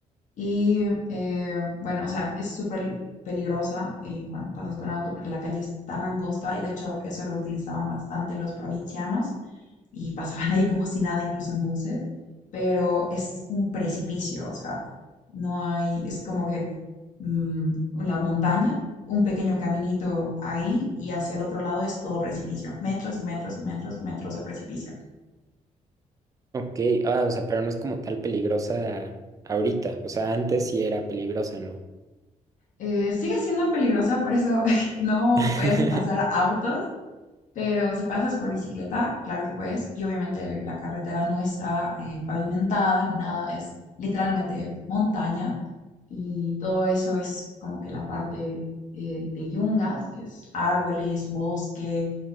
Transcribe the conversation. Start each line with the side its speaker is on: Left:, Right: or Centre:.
Left: Y eh, bueno, o sea, es súper peligrosa eh, cuando pasas con auto porque la calle es tan angosta y de hecho eso lo utilizaban bastante los provincianos y pasaban ahí como si nada, incluso en buses, pero es un precipicio, o sea, no hay, es como que mm, la montaña, un pequeño caminito ahí y hacia el otro lado es todo precipicio, metros y metros y metros y metros de precipicio.
Right: Ok, ah, o sea, pero no es como tal peligrosa ahorita. O sea, antes sí era peligrosa, ¿no?
Left: Eh, sigue siendo peligrosa, por eso <laughs> no
Right: <laughs>
Left: pueden pasar autos, Pero si pasas por bicicleta, claro que puedes. Y obviamente la carretera no está eh, pavimentada ni nada, es literalmente montaña. Y todo eso es como que la parte eh, de yungas, que es árboles, bosque,